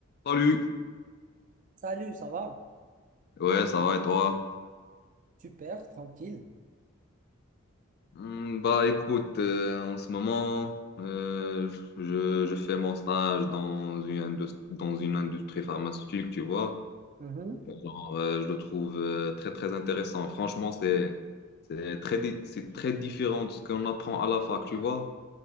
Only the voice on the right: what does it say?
Salut, ça va?
Super, tranquille.
Mhm.